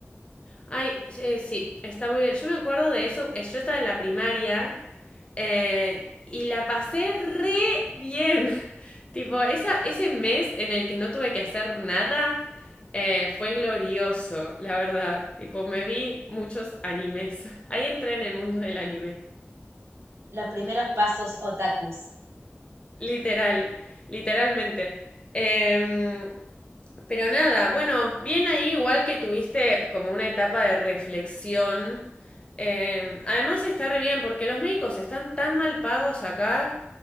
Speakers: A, on the left; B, on the right.
A: Ay, sí, eh, sí, está muy bien. Yo me acuerdo de eso, eh, yo estaba en la primaria eh, y la pasé re bien. <laughs> Tipo, esa, ese mes en el que no tuve que hacer nada eh, fue glorioso, la verdad. Tipo, me vi muchos animes. <laughs> Ahí entré en el mundo del anime.
B: Los primeros pasos otakus.
A: Literal, literalmente. Em, pero nada, bueno, bien ahí igual que tuviste como una etapa de reflexión. Em, además está re bien porque los médicos están tan mal pagos acá